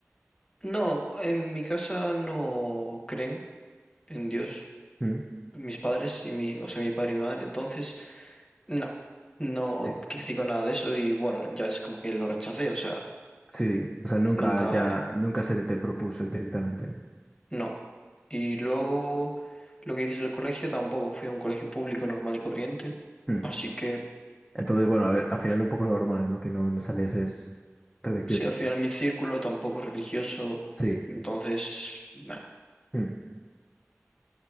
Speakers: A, on the left; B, in the centre.
A: no, en mi casa no creen en Dios.
B: ¿Mm?
A: mis padres y mi, o sea, mi padre y mi madre, entonces, no, no
B: Sí,
A: crecí con nada de eso y bueno, ya es como que lo rechacé, o sea,
B: Sí, o sea, nunca
A: nunca,
B: ya, nunca se te, propuso directamente.
A: no. Y luego, lo que dices del colegio, tampoco fui a un colegio público normal y corriente,
B: ¿Mm?
A: así que,
B: Entonces, bueno, a ver, al final un poco normal, ¿no? Que no, no salieses religioso.
A: sí, al final mi círculo tampoco es religioso,
B: Sí.
A: entonces, no.
B: ¿Mm?